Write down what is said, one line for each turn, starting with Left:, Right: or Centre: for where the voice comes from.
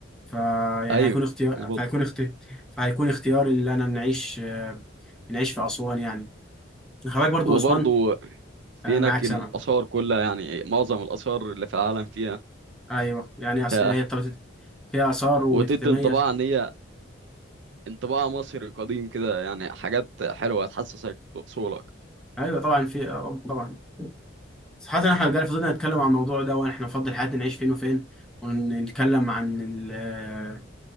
Centre: فيعني
Right: ايوه
Centre: هيكون اختيار
Right: مظبوط
Centre: فهيكون اختيار فهيكون اختياري ان انا نعيش آه، نعيش في اسوان يعني خلي برضه
Right: وبرضو
Centre: اسوان
Right: في
Centre: آه،
Right: هناك
Centre: معاك سمع
Right: الاثار كلها يعني معظم الاثار اللي في العالم فيها
Centre: ايوه يعني أس-
Right: ف...
Centre: هي طب- فيها اثار وتتميز
Right: وتدي انطباع ان هي انطباع مصري قديم كده يعني حاجات حلوة تحسسك بأصولك
Centre: ايوه طبعا في آه، طبعا صراحة احنا جالي فضلنا نتكلم عن الموضوع ده واحنا نفضل حياتنا نعيش فين وفين ونتكلم عن ال- آه،